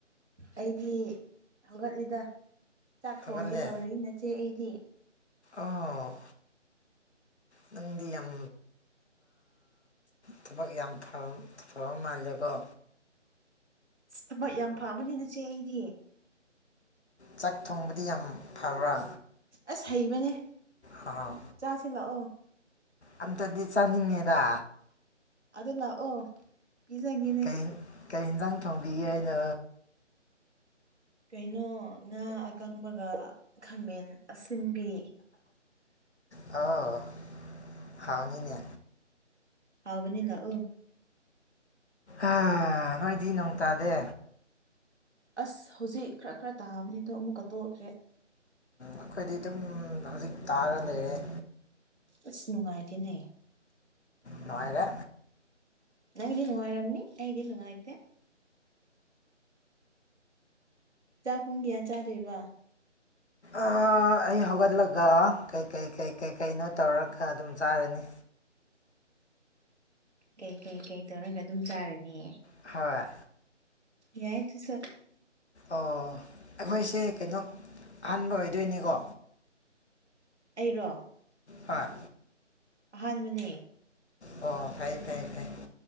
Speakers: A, on the right; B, on the left.
A: ꯑꯩꯗꯤ ꯍꯧꯒꯠꯂꯤꯗ ꯆꯥꯛ ꯊꯣꯡꯒꯦ
B: ꯍꯧꯒꯠꯂꯦ
A: ꯇꯧꯔꯤ ꯅꯆꯦ ꯑꯩꯗꯤ
B: ꯑꯣ ꯅꯗꯤ ꯑꯝ ꯊꯕꯛ ꯌꯥꯝ ꯐꯕ ꯃꯥꯜꯂꯦꯀꯣ
A: ꯑ ꯊꯕꯛ ꯌꯥꯝ ꯐꯕꯅꯤ ꯅꯆꯦ ꯑꯩꯗꯤ
B: ꯆꯥꯛ ꯊꯣꯡꯕꯗꯤ ꯌꯥꯝ ꯐꯕ꯭ꯔꯥ
A: ꯑꯁ ꯍꯩꯕꯅꯦ
B: ꯍꯥꯎ,
A: ꯆꯥꯁꯤꯂꯥꯛꯑꯣ
B: ꯑꯝꯇꯗꯤ ꯆꯥꯅꯤꯡꯉꯦꯔ
A: ꯑꯗꯨ ꯂꯥꯛꯑꯣ ꯄꯤꯖꯒ
B: ꯀ ꯀꯩ ꯌꯦꯟꯖꯥꯡ ꯊꯣꯡꯕꯤꯒꯦ ꯍꯥꯏꯅ
A: ꯀꯩꯅꯣ ꯉꯥ ꯑꯀꯪꯕꯒ ꯈꯥꯃꯦꯟ ꯑꯁꯤꯟꯕꯤ
B: ꯑꯣ ꯍꯥꯎꯅꯤꯅꯦ
A: ꯍꯥꯎꯕꯅꯤꯂ ꯎ
B: ꯑ ꯅꯣꯏꯗꯤ ꯅꯣꯡ ꯇꯥꯗꯦ
A: ꯑꯁ ꯍꯧꯖꯤꯛ ꯈꯔ ꯈꯔ ꯇꯥꯕꯅꯤ ꯑꯗꯣ ꯑꯃꯨꯛꯀ ꯇꯣꯛꯑꯁꯦ
B: ꯑꯩꯈꯣꯏꯗꯤ ꯑꯗꯨꯝ ꯍꯧꯖꯤꯛ ꯇꯥꯔ ꯂꯩꯔꯦ
A: ꯑꯁ ꯅꯨꯡꯉꯥꯏꯗꯤꯅꯦ
B: ꯅꯅꯨꯡꯉꯥꯏꯔ
A: ꯅꯗꯤ ꯅꯨꯡꯉꯥꯏꯔꯝꯅꯤ ꯑꯩꯗꯤ ꯅꯨꯡꯉꯥꯏꯇ ꯆꯥꯛ ꯄꯨꯡ ꯀꯌꯥ ꯆꯥꯔꯦꯕ
B: ꯑꯩ ꯍꯧꯒꯠꯂꯒ ꯀꯩꯀꯩ ꯀꯩ ꯀꯩꯀꯩꯅꯣ ꯇꯧꯔꯒ ꯑꯗꯨꯝ ꯆꯥꯔꯅꯤ
A: ꯀꯩ ꯀꯩ ꯀꯩ ꯇꯧꯔꯒ ꯑꯗꯨꯝ ꯆꯥꯔꯅꯤꯑ
B: ꯍꯣꯏ
A: ꯌꯥꯏ ꯇꯨꯁ
B: ꯑꯣ ꯑꯩꯈꯣꯏꯁꯦ ꯀꯩꯅꯣ ꯑꯍꯥꯟꯕ ꯑꯣꯏꯗꯣꯏꯅꯤꯀꯣ
A: ꯑꯩꯔꯣ
B: ꯍ
A: ꯑꯍꯥꯟꯕꯅꯦ
B: ꯑꯣ ꯐꯔꯦ ꯐꯌꯦ ꯐꯌꯦ